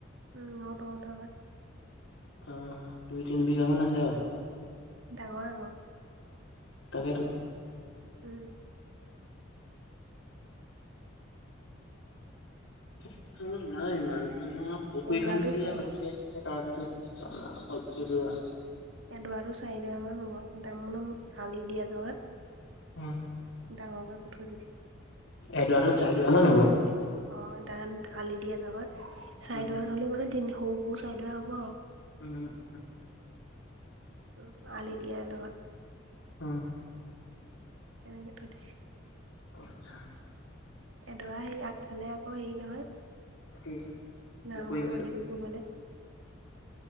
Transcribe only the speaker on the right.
উম, ন-দহ দুৱা মান
ডাঙৰ-ডাঙৰ
উম।
এডৰাটো
চাই
এদুৱাটো চাৰিদৰা মান হ'ব, <unintelligible> হালি দিয়া <unintelligible>
ডাঙৰকে থৈ দিছে।
অ', তাত আলি দিয়া জগাত চাৰিদুৱা
হ'লেও মানে সেই সৰু-সৰু চাই দোৱা হ'ব আও।
উম, আলি দিয়া লগত।
তেনেকে থৈ দিছে।
এডৰা সেই আগফালে আকৌ হেৰি নহয়
নামঘৰ
মণিকূট কৰিবলে।